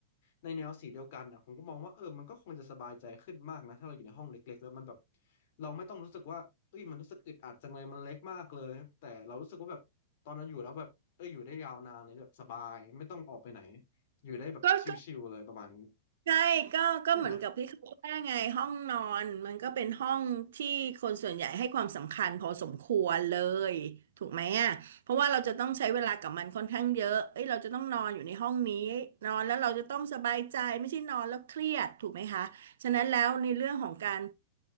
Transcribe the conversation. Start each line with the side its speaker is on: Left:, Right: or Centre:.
Left: ในแนวสีเดียวกันอ่ะผมก็มองว่าเออมันก็คงจะสบายใจขึ้นมากนะถ้าเราอยู่ในห้องเล็กๆแล้วมันแบบเราไม่ต้องรู้สึกว่าเอ้ยมันรู้สึกอึดอัดจังเลยมันเล็กมากเลยแต่เรารู้สึกว่าแบบตอนเราอยู่แล้วแบบเอออยู่ได้ยาวนานเลยแบบสบายไม่ต้องออกไปไหนอยู่ได้แบบชิลๆเลยประมาณนี้
Right: ก็ก็ ใช่ก็ก็เหมือนกับที่เขาว่าไงห้องนอนมันก็เป็นห้องที่คนส่วนใหญ่ให้ความสำคัญพอสมควรเลยถูกไหมอ่ะเพราะว่าเราจะต้องใช้เวลากับมันค่อนข้างเยอะเอ้ยเราจะต้องนอนอยู่ในห้องนี้
Left: ใช่ไหม
Right: นอนแล้วเราจะต้องสบายใจไม่ใช่นอนแล้วเครียดถูกไหมคะฉะนั้นแล้วในเรื่องของการ